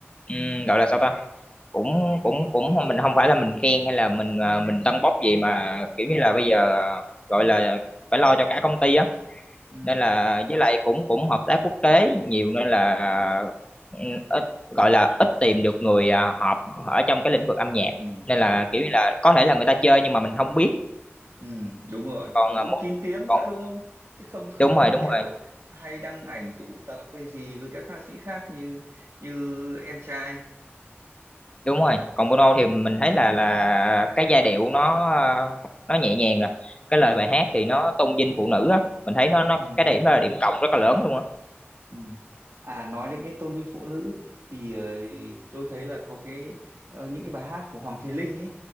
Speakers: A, on the left; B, on the right.
A: ừm, gọi là sao ta cũng cũng cũng mình không phải là mình khen hay là mình ờ, mình tâng bốc gì mà
B: ừ
A: kiểu như là bây giờ gọi là phải lo cho cả công ty á
B: ừ
A: nên là với lại cũng cũng hợp tác quốc tế nhiều nên là ừ, ít gọi là ít tìm được người ờ, hợp ở trong cái lĩnh vực âm nhạc
B: ừ
A: nên là kiểu như là có thể là người ta chơi nhưng mà mình không biết
B: ừ đúng rồi
A: còn
B: và
A: à,
B: cũng
A: môn
B: kín tiếng
A: còn
B: nữa đúng không chứ không không
A: đúng
B: không
A: rồi đúng
B: kiểu
A: rồi
B: hay đăng ảnh tụ tập hay gì với các ca sĩ khác như như em trai
A: đúng rồi còn môn thì mình thấy là là cái giai điệu nó à, nó nhẹ nhàng rồi cái
B: ừ
A: lời bài hát thì nó tôn vinh phụ nữ á mình thấy nó nó
B: ừ
A: cái điểm đó là điểm cộng rất là lớn luôn á
B: Ừ. À nói đến cái tôn vinh phụ nữ thì ờ, thì tôi thấy là có cái ờ, những cái bài hát của Hoàng Thùy Linh ấy